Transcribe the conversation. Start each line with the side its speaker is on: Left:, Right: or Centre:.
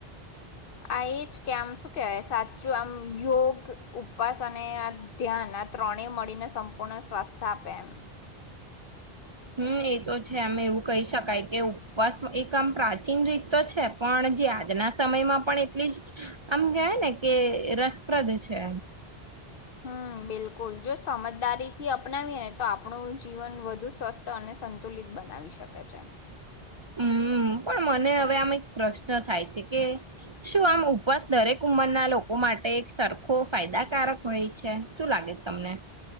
Left: આ એ જ કે આમ શું કેવાય સાચું આમ યોગ ઉપવાસ અને આ ધ્યાન આ ત્રણેય મળીને સંપૂર્ણ સ્વાસ્થ્ય આપે એમ
Right: હમ્મ એ તો છે એમ એવું કહી શકાય કે ઉપવાસ એક આમ પ્રાચીન રીત તો છે પણ જે આજના સમયમાં પણ એટલી જ આમ કય ને કે રસપ્રદ છે
Left: હમ્મ બિલકુલ જો સમજદારી થી અપનાવીએ ને તો આપણું જીવન વધુ સ્વસ્થ અને સંતુલિત બનાવી શકે છે
Right: હમ પણ મને હવે આમ એક પ્રશ્ન થાય છે કે શું આમ ઉપવાસ દરેક ઉંમરના લોકો માટે સરખો ફાયદાકારક હોય છે શું લાગે તમને